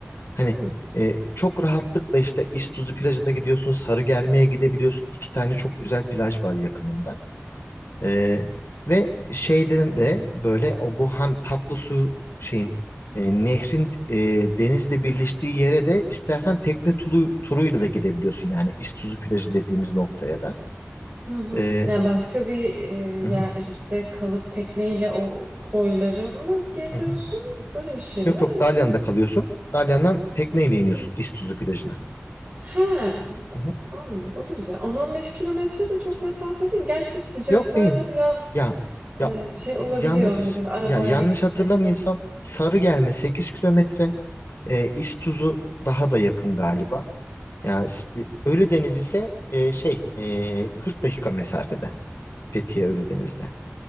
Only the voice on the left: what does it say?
hani
e, çok rahatlıkla işte İztuzu plajına gidiyorsun Sarıgerme'ye gidebiliyorsun İki tane çok güzel plaj var yakınında ee, ve şeyden de böyle o bu hem tatlı su şeyin e, nehrin e, denizle birleştiği yere de istersen tekne tulu, turuyla da gidebiliyorsun yani İztuzu plajı dediğimiz noktaya da.
Ee,
hı
hı,
hı hı.
Yok
yok Dalyan'da kalıyorsun. Dalyan'dan tekneyle iniyorsun
İztuzu plajına.
Hı hı.
Yok değil.
Ya ya
o-
yanlış
ya yanlış
hatırlamıyorsam
Sarıgerme 8 kilometre. E, İztuzu daha da yakın galiba. Ya işte Ölüdeniz ise e, şey e, 40 dakika mesafede. Fethiye Ölüdeniz'de.